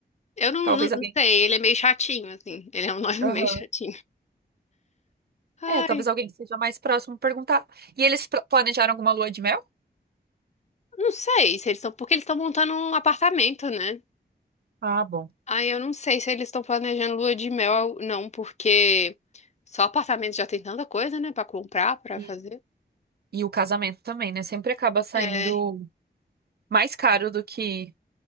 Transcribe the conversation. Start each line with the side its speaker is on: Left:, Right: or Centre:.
Left: Eu não,
Right: Talvez
Left: não,
Right: alguém.
Left: não sei, ele é meio chatinho, assim. Ele é um <laughs> noivo
Right: Aham.
Left: meio chatinho. Ai,
Right: É, talvez alguém que seja mais próximo perguntar. E eles pl- planejaram alguma lua de mel?
Left: não sei se eles estão. Porque eles estão montando um apartamento, né?
Right: Ah, bom.
Left: Ai, eu não sei se eles estão planejando lua de mel, não, porque só apartamento já tem tanta coisa, né, pra comprar, pra
Right: E,
Left: fazer.
Right: e o casamento também, né? Sempre acaba saindo
Left: É,
Right: mais caro do que